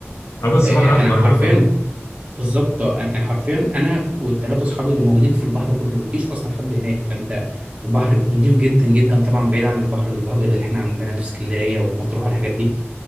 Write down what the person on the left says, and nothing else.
اه بس
بحر احمر
برضه اه